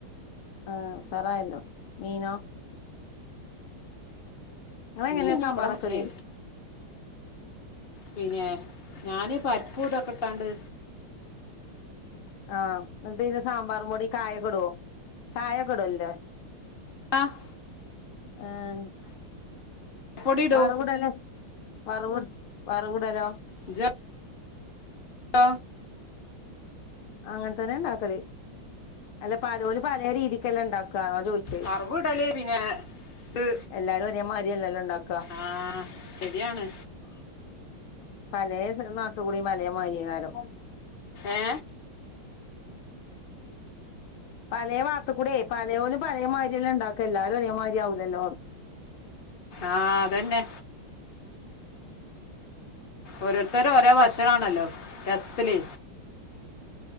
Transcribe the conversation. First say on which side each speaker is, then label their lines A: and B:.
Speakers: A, on the left; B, on the left.
A: ആഹ്ഉസാറായല്ലോ മീനോ ഇങ്ങളെങ്ങനെ
B: മീൻഞ്
A: സാമ്പാറെക്കല്
B: വപ്പടം പൊരിച്ചേ പിന്നെ ഞാന് പരിപ്പൂതൊക്കെട്ടാണ്ട്
A: ആഹ് ന്നട്ട് പിന്നെ സാമ്പാറും പൊടി കായക്കെടോ കായക്കെടല്ല്ലൊ
B: ആഹ്
A: ആഹ്
B: കായപ്പൊടി ഇടൂ
A: വറവ്ടലോ വറവ് വറവ്ടലോ
B: ജൊ ആ
A: അങ്ങനെ തന്നെണ്ടാക്കല് അല്ല പലോലും പലേ രീതിക്കല്ലേ ഇണ്ടാക്കല് ക്കാ അ <unintelligible> ചോയ്ച്ചേ
B: കറുവ് ഇടല് പിന്നെ ഇത്
A: എല്ലാരും ഒരേ മാരി അല്ലല്ലോണ്ടാക്കാ
B: ആ ശരിയാണ്
A: പലേ നാട്ട്കൂടീം പലേ മാരിയ കാരം
B: ഏ
A: പലേ ഭാത്ത്കൂടെ പലയോലും പലേമാരില്ലേ ഇണ്ടാക്ക എല്ലാരും ഒരേമാരി ആവൂല്ലല്ലോന്ന്
B: ആഹ് അതന്നെ ഓരോരുത്തര് ഓരോ ഭക്ഷണാണല്ലോ രസ്ത്തില്